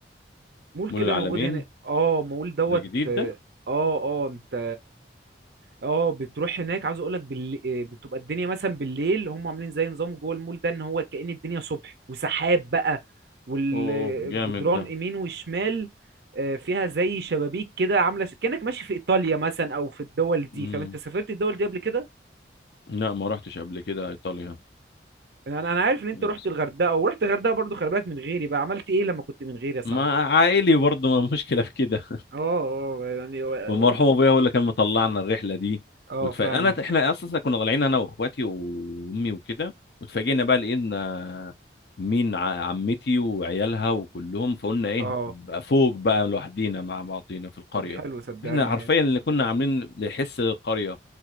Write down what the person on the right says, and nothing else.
مول
كده
موجود هنا اه مول دوت
اه
اه آه، انت اه بتروح هناك عاوز اقول لك بال... آه، بتبقى الدنيا مثلا بالليل هم عاملين زي نظام جوه المول ده ان هو كأن الدنيا صبح وسحاب بقى والجدران
يمين وشمال آه، فيها زي شبابيك كده عامله ش- كأنك ماشي في ايطاليا مثلا او في الدول دي
فاهم انت سافرت الدول دي قبل كده
انا انا عارف ان انت
رحت
الغردقه ورحت الغردقه برضو خلي بالك من غيري بقى عملت ايه لما كنت من غيري يا صاحبي
اه اه يعني قول
لي
اه
فاهمك
اه
طب حلو صدقني